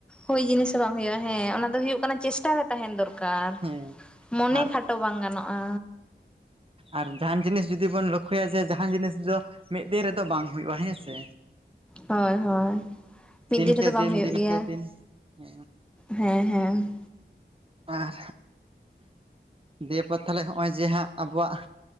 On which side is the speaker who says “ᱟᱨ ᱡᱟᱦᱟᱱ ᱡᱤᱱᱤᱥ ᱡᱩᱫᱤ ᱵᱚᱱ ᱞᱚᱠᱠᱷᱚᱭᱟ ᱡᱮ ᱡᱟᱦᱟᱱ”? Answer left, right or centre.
Right